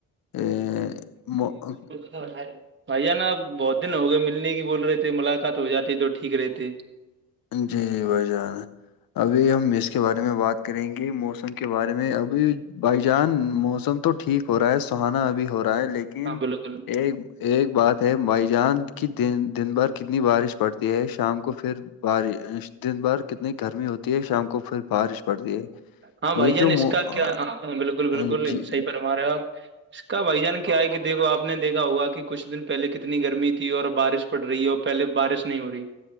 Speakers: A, on the left; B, on the right.
A: ا
B: تو بھائییا نا آب بہت دن ہو گئے ملنے کی بول رہے تھے ملاقات ہو جاتی تو ٹھیک رہتے
A: جی جی بھائی جان ابھی ہم اس کے بارے میں بات کریں گے موسم کے بارے میں ابھی بھائی جان موسم تو ٹھیک ہو رہا ہے سہانا ابھی ہو رہا ہے لیکن
B: ہاں بالکل
A: ایک بات ہے مائیجان کی دن بھر کتنی بارش پڑتی ہے شام کو پھر بارش دن بھر کتنی گرمی ہوتی ہے شام کو پھر بارش پڑتی ہے
B: ہاں بھیا
A: یہ جو
B: نے
A: مو
B: اس کا
A: آ،
B: کیا ہاں ہاں بالکل بالکل
A: آ، جی
B: صحی پرم رہے ہو آپ اس کا بائیجان کیا کیائے کہ دیکو آپ نے دیکھا ہوا کہ کچھ دن پہلے کتنی گرمی تھی اور بارش پڑ رہی ہے اور پہلے بارش نہیں ہو رہی